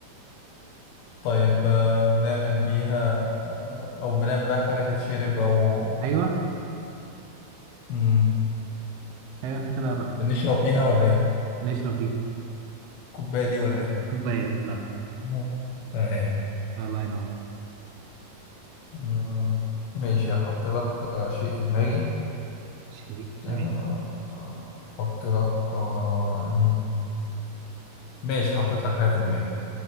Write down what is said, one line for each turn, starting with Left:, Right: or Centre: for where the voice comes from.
Left: طيب آه، بنعمل بيها آه، أو بنعمل بيها حاجة تتشرب أو
Right: أيوه
Left: مم.
Right: أيوه أنت كده قربت
Left: بنشرب بيها ولا إيه
Right: نشرب بيها
Left: الكوباية دي ولا إيه
Right: كوباية بالظبط
Left: نعم تمام
Right: الله ينور
Left: مم. ماشي هحط لك آه، شيء في دماغي
Right: شيء تمام
Left: آه، آه، أحط لك آه، إيه؟ ماشي حطيت لك حاجة في دماغي